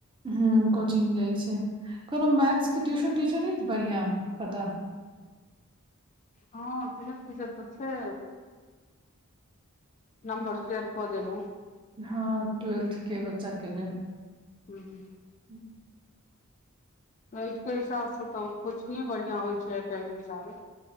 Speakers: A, on the right (about 25°); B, on the left (about 35°).
A: हम्म कोचिंग जाइ छै कोनो मैथ्स के ट्यूशन टीचर बढ़िआ पता
B: हँ ट्यूशन टीचर तऽ छै नबम्मर सैयर कऽ देेब हम्म।
A: हँ टुय्वेल्थ के बच्चा के लेल।
B: हू हू
A: <inaudible>
B: टुय्वेल्थ के हिसाबसँ तऽ कोचिंगे बढ़िआँ होइ छै आइ काल्हिके हिसाबे